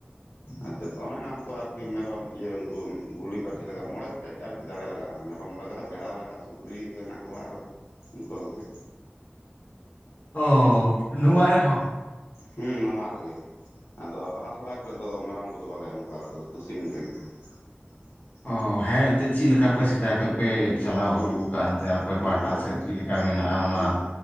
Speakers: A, on the left; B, on the left.
A: ᱟᱪᱪᱷᱟ ᱚᱱᱮ ᱚᱱᱟ ᱠᱚ ᱟᱨᱠᱤ ᱢᱮᱨᱚᱢ ᱤᱭᱟᱹ ᱩᱱᱠᱩ ᱜᱩᱞᱤ ᱯᱟᱹᱴᱷᱤ ᱞᱟᱜᱼᱟ ᱢᱚᱬᱮ ᱜᱚᱴᱮᱡ ᱟᱨᱠᱤ ᱫᱟᱲᱮ ᱞᱟᱜᱟᱜᱼᱟ ᱢᱮᱨᱚᱢ ᱨᱚᱢ ᱞᱟᱜᱟᱜᱼᱟ ᱵᱮᱲᱟ ᱞᱟᱜᱟᱜᱼᱟ ᱥᱩᱠᱨᱤ ᱠᱚ ᱦᱮᱱᱟᱜ ᱠᱚᱣᱟ ᱟᱨ ᱩᱱᱩᱠᱩ ᱠᱚᱜᱮ
B: ᱚ ᱱᱚᱩᱣ ᱨᱮ ᱦᱚᱸ
A: ᱦᱮᱸ ᱱᱚᱣᱟ ᱨᱮᱜᱮ ᱟᱫᱚ ᱵᱟᱦᱟ ᱥᱚᱦᱨᱟᱭ ᱠᱚᱨᱮᱫ ᱫᱚ ᱢᱮᱨᱚᱢ ᱠᱚᱫᱚ ᱵᱟᱞᱮ ᱮᱢ ᱠᱚᱣᱟ ᱟᱞᱮ ᱫᱚ ᱠᱩ ᱥᱤᱢ ᱛᱮᱜᱮ <inaudible>
B: ᱚ ᱦᱮᱸ ᱮᱱᱛᱮᱫ ᱪᱤᱫ ᱞᱮᱠᱟ ᱯᱮ ᱥᱮᱫᱟᱭ ᱠᱷᱚᱡ ᱯᱮ ᱪᱟᱞᱟᱣ
A: ᱦᱮᱸ
B: ᱟᱹᱜᱩ ᱠᱟᱜ ᱟᱯᱮ
A: ᱚᱱᱠᱟ
B: ᱯᱟᱦᱴᱟ ᱥᱮᱫ ᱪᱮᱫ ᱞᱮᱠᱟ ᱢᱮᱱᱟᱜᱼᱟ ᱚᱱᱟ
A: ᱦᱮᱸ